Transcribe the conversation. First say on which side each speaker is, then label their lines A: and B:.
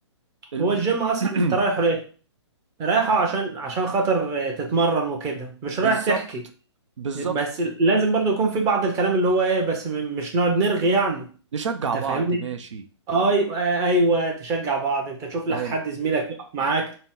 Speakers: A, on the right; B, on the right.
A: الم...
B: هو الجيم اصلا
A: <clears throat>
B: انت رايحه ليه رايحه عشان عشان خاطر آه، تتمرن وكده مش
A: بالظبط
B: رايح تحكي
A: بالظبط
B: بس لازم برضو يكون في بعض الكلام اللي هو ايه بس م- مش نقعد نرغي يعني
A: نشجع
B: انت
A: بعض
B: فاهمني
A: ماشي
B: اي آه، ايوه تشجع بعض انت تشوف لك
A: فاهم
B: حد زميلك يقف معاك